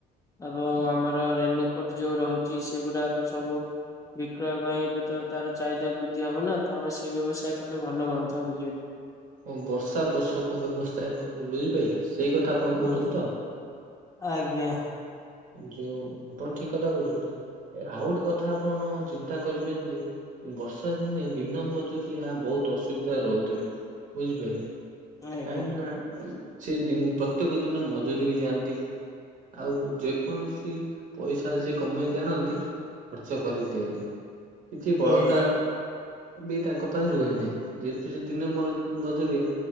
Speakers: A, on the left; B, on the right.
A: ଏବଂ ଆମର ରେନିକୋଟ ଯୋଉ ରହୁଛି ସେଗୁଡାକୁ ସବୁ ବିକ୍ରୟ ପାଇଁ ଏବେ ତ ତାର ଚାହିଦା ବୃଦ୍ଧି ହବ ନା ତ ଆମେ ସେଇ ବ୍ୟବସାୟ କଲେ ଭଲ ହୁଅନ୍ତା ବୁଝିପାଇଲେ?
B: ହଁ ବର୍ଷା ପୋଷକ ବ୍ୟବସ୍ଥା ବୁ-ବୁଝିପାରିଲି ସେଇ କଥା ଆପଣ କହୁଛନ୍ତି
A: ହୁଁ
B: ତ?
A: ଆଜ୍ଞା।
B: ଯୋଉ ଆପଣ ଠିକ କଥା କହୁଛନ୍ତି। ଆଉ ଗୋଟେ କଥା ଆପଣ ଚିନ୍ତା କରିବେନି ଯେ ବର୍ଷା ଦିନେ ଦିନ ମଜୁ ରିଆ ବହୁତ ଅସୁବିଧାରେ ରହୁଥିବେ ବୁଝିପାରିଲେ
A: ଆଜ୍ଞା
B: କାହିଁକି ନା ସେ ଦି ପ୍ରତ୍ୟେକ ଦିନ ମଜୁରିକି ଯାଆନ୍ତି ଆଉ ଯେକୌଣସି ପଇସା ସେ କମେଇକି ଆଣନ୍ତି ଖର୍ଚ୍ଚ କରିଦିଅନ୍ତି କିଛି ବଳକା
A: ଆଜ୍ଞା।
B: ବି ତାଙ୍କ ପାଖ ରୁହେ ନାହିଁ ଯେହେତୁ ସେ ଦିନ ମ-ମଜୁରିଆ।